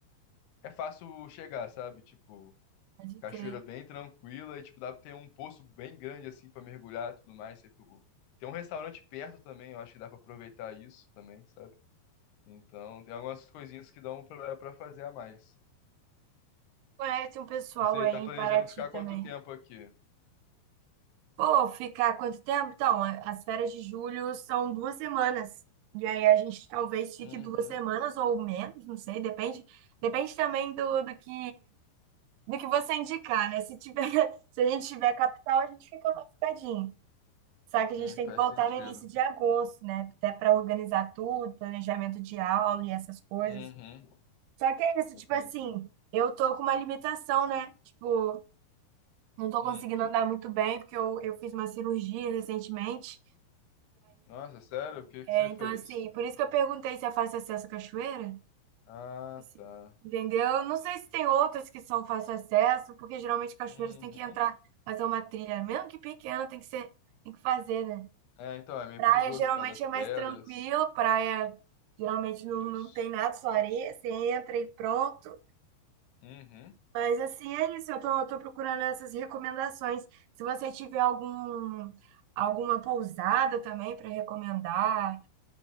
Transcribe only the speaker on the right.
Pode
crer.
Conhece um pessoal
aí
em
Paraty
também.
Pô, ficar quanto tempo? Então, a- as férias de julho são duas semanas. E aí a gente talvez fique
duas semanas ou menos, não sei, depende. Depende também do, do que do que você indicar, né? Se tiver, <laughs> se a gente tiver capital, a gente fica mais ficadinho. Só que a
gente tem
que voltar
no início de agosto, né? Até para organizar tudo, planejamento de aula e essas coisas.
Só que é isso,
tipo assim, eu tô com uma limitação, né? Tipo, Não tô conseguindo
andar muito bem, porque eu, eu fiz uma cirurgia recentemente.
É,
então,
assim, por isso que eu perguntei se é fácil acesso à cachoeira.
Assim,
entendeu? Eu Não sei se tem outras que são fácil acesso, porque geralmente cachoeiras
tem que entrar, fazer uma trilha, mesmo que pequena, tem que ser, tem que fazer, né?
Praia
geralmente
é
mais tranquilo, praia geralmente não,
não tem nada, só areia, você entra e pronto.
Mas assim, é isso. Eu tô, tô procurando essas recomendações. Se você tiver algum, alguma pousada também para recomendar